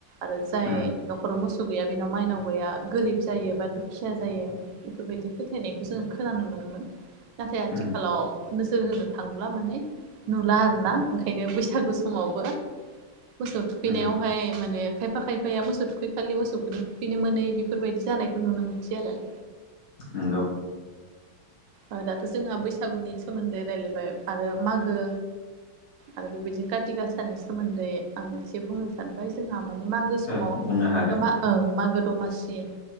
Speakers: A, on the right; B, on the left.
A: आरो जाय
B: उम
A: न'खराव मोसौ गैया बेनाव माइनाव गैया गोरिब जायो बा दुखिया जायो। फोथायनायखौ जोंङो खोनानो मोनोमोन नाथाय आथिखालाव
B: उम
A: नोजोर होनो थांब्ला माने नुला आरोना ओंखायनो बैसागु समावबो। मोसौ थुखैनायावहाय
B: उम
A: माने खायफा खायफाया मोसौ थुखै खालि मोसौखौनो थुखैनो मोनै बेफोरबायदि जानायखौ नुनो मोनसै आरो
B: नंगौ।
A: औ दाथ' जोंहा बैसागुनि सोमोन्दै रायज्लायबाय आरो मागो आरो बेबायदिनो खाथि गाासानि सोमोन्दै आं एसे बुंनो सानबाय जोंहा माने मागो समाव
B: ओ बुंनो हागोन
A: ओं मागो दमासि